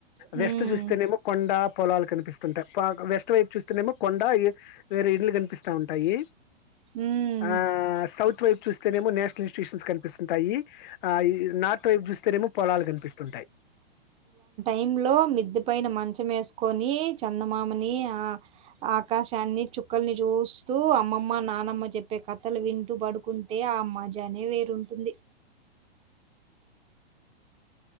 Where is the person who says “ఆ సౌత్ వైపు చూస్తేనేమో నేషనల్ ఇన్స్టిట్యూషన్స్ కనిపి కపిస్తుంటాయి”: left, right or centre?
Left